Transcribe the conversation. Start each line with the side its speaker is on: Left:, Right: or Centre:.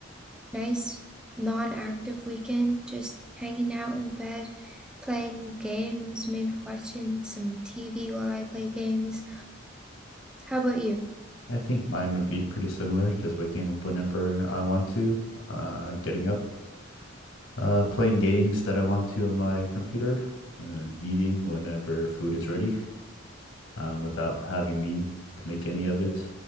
Centre: nice non-active weekend, just hanging out in bed, playing games, maybe watching some TV while I play games. How about you?
Left: I think mine would be pretty similar, just waking up whenever I want to, uh, getting up, uh, playing games that I want to on my computer, and eating whenever food is ready. um, without having me to make any of it